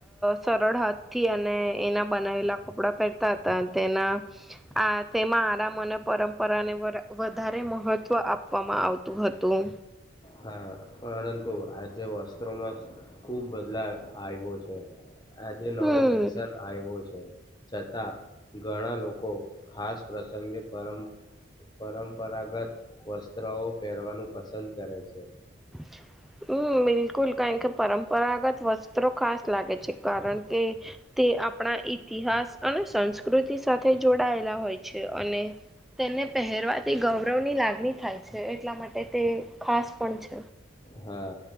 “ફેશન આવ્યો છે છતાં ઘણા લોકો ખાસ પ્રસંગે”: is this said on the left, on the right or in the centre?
Left